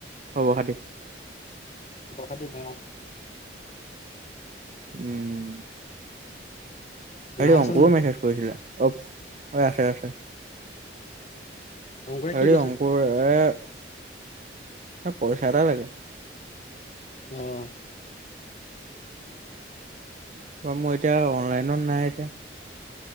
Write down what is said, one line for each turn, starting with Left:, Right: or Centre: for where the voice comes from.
Right: হব খতি
Left: আ খাটি ভ
Right: উম হেৰি
Left: মাহত
Right: অংকুৰ
Left: আছে নাই
Right: মেছেজ কৰিৈছিলা অ আছে আছে
Left: অংকুৰে
Right: হৰি
Left: কি কৈছে
Right: অংকুৰ এ এ পইচা এটা লাগে
Left: আহ
Right: অ মোৰ এতিয়া অনলাইনত নাই এতিয়া।